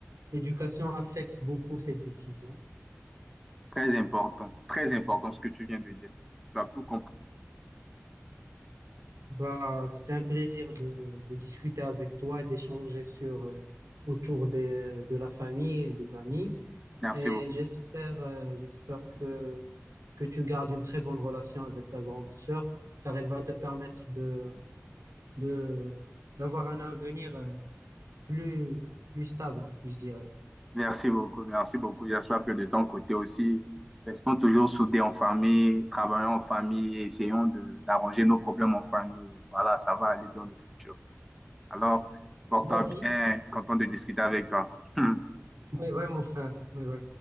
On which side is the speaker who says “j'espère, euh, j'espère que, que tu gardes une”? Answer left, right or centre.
Right